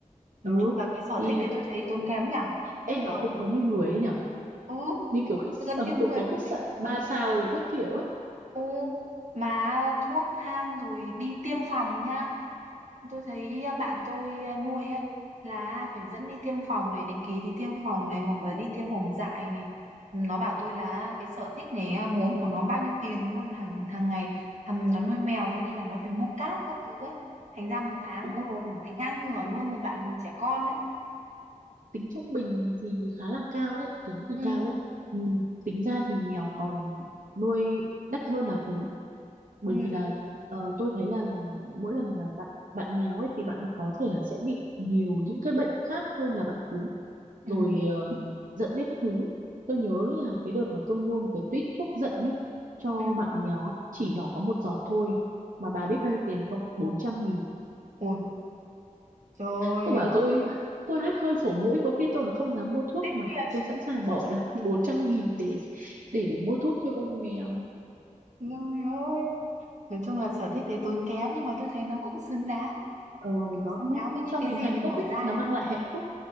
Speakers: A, on the right; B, on the right.
A: Nói
B: ừ
A: chung là cái sở
B: thì
A: thích đấy tôi thấy tốn kém nhỉ.
B: em nó
A: Kiểu,
B: cũng có như người ấy nhở
A: ừ,
B: như kiểu khách
A: gần
B: ờ,
A: như
B: <laughs>
A: người
B: cũng có
A: còn
B: khách sạn
A: gì.
B: ba sao rồi các kiểu ấy
A: Ừ, mà thuốc thang rồi đi tiêm phòng nhá. Tôi thấy à, bạn tôi à, nuôi ấy là phải dẫn đi tiêm phòng này, định kỳ đi tiêm phòng này hoặc là đi tiêm phòng dại này. Nó bảo tôi là cái sở thích này à, ngốn của nó bao nhiêu tiền luôn hàng hàng ngày. Thằng nó nuôi mèo cho nên là nó phải mua cát các thứ ấy. Thành ra một tháng
B: đúng
A: cũng
B: rồi
A: phải ngang ngửa nuôi một bạn trẻ con đấy.
B: tính trung bình thì khá là cao đấy tính thì
A: Ừ,
B: cao đấy ừ, tính ra thì mèo còn nuôi đắt hơn là cún bởi
A: ừ,
B: vì là ờ, tôi thấy là mỗi lần mà bạn bạn mèo ấy thì bạn ấy có thể là sẽ bị nhiều những cái bệnh khác hơn là bạn cún rồi
A: ừ,
B: ờ, giận biết các thứ tôi nhớ là cái đợt mà tôi mua một cái tuýt thuốc giận nhé cho
A: ừ.
B: bạn mèo á, chỉ nhỏ có một giọt thôi mà bà biết bao nhiêu tiền không Bốn trăm nghìn
A: Ui, Trời
B: tôi bảo
A: ơi,
B: tôi tôi hắt hơi sổ mũi có khi tôi còn không dám mua thuốc
A: tiếc
B: mà
A: tiền
B: tôi sẵn sàng bỏ ra <laughs> bốn trăm nghìn để để để mua thuốc cho con mèo
A: trời ơi. Nói chung là sở thích đấy tốn kém nhưng mà tôi thấy nó cũng xứng đáng.
B: ờ,
A: Nó
B: nó,
A: xứng
B: nó
A: đáng
B: nó
A: với những
B: cho
A: cái
B: mình
A: gì
B: hạnh
A: mình
B: phúc
A: bỏ
B: ấy
A: ra ấy.
B: nó mang lại hạnh phúc